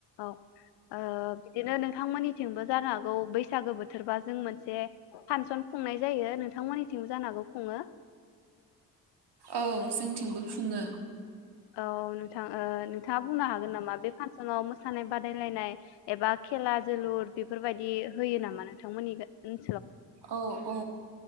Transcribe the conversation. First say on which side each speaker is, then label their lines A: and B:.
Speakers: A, on the left; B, on the right.
A: औ ओ बिदिनो नोंथांमोननि थिंबो जानो हागौ बैसागो बोथोरबा जों मोनसे फानसन खुंनाय जायो नोंथांमोननि थिंबो जानो हागौ खुङो
B: औ जोंथिंबो खुङो
A: औ नोंथां ओ नोंथाङा बुंनो हागोन नामा बे फानस न आव मोसानाय बादायलायनाय एबा खेला जोलुर बेफोरबायदि होयो नामा नोंथांमोननि गा ओन
B: औ औ